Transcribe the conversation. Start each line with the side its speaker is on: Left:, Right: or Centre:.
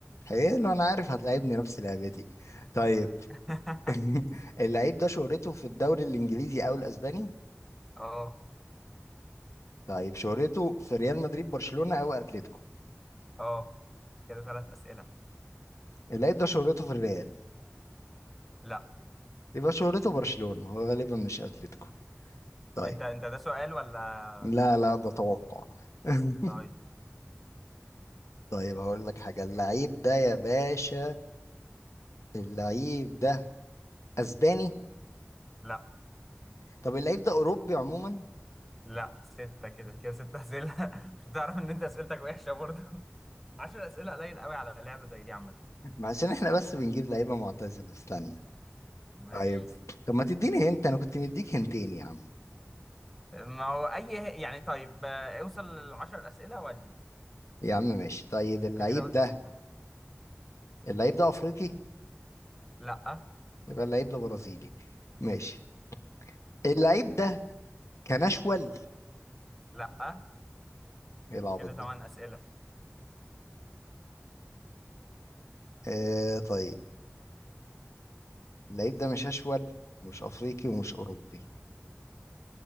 Left: حلو انا عارف هتلاعبني نفس لعبتي طيب
Centre: <laughs>
Left: <laughs> اللعيب ده شهرته في الدوري الانجليزي او الاسباني
Centre: اه
Left: طيب شهرته في ريال مدريد برشلونة او اتلتيكو
Centre: اه كده ثلاث اسئله
Left: اللعيب ده شهرته في الريال
Centre: لا
Left: يبقى شهرته برشلونة هو غالبا مش اتلتيكو طيب
Centre: انت انت ده سؤال ولا
Left: لا لا ده توقع <laughs>
Centre: طيب
Left: طيب هقول لك حاجة اللعيب ده يا باشا اللعيب ده اسباني
Centre: لا
Left: طب اللعيب ده اوروبي عموما
Centre: لا ستة كده كده ستة أسئلة <laughs> مش بتعرف إن أنت أسئلتك وحشة برضه <laughs> عشر أسئلة قليل قوي على لعبة زي دي عامة
Left: <laughs> ما عشان احنا بس بنجيب لعيبة معتزلة استنى
Centre: ماشي
Left: طيب طب ما تديني هنت انا كنت مديك هنتين يا عم.
Centre: ما هو أي يعني طيب آه، اوصل للعشر أسئلة وأدي
Left: يا عم ماشي طيب اللعيب
Centre: أنت كده قلت
Left: ده
Centre: ستة
Left: اللعيب ده افريقي
Centre: لا
Left: يبقى اللعيب ده برازيلي ماشي اللعيب ده كان اشول
Centre: لا
Left: ايه العبط
Centre: كده
Left: ده
Centre: ثمان أسئلة
Left: آه طيب اللعيب ده مش اشول مش افريقي ومش اوروبي